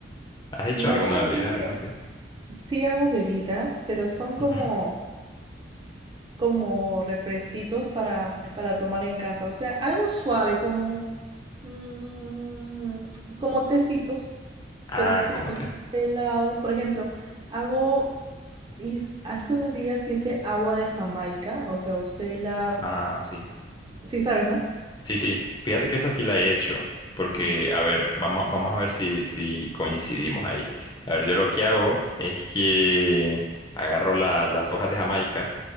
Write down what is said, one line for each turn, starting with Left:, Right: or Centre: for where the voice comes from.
Left: ¿Has hecho
Right: Normalmente
Left: alguna bebida, algo así?
Right: sí hago bebidas, pero son como,
Left: Ujú.
Right: como refresquitos para, para tomar en casa. O sea, algo suave, como, mm, como tecitos,
Left: Ah,
Right: pero fríos,
Left: ¿cómo te?
Right: helados. Por ejemplo, hago, hice- hace unos días hice agua de Jamaica, o sea, usé la,
Left: Ah, sí.
Right: sí sabes, ¿no?
Left: Sí, sí. Fíjate que esa sí la he hecho. Porque,
Right: Ay, qué
Left: a
Right: rico.
Left: ver, vamos, vamos a ver si, si coincidimos ahí. A ver, yo lo que hago es que agarro la- las hojas de Jamaica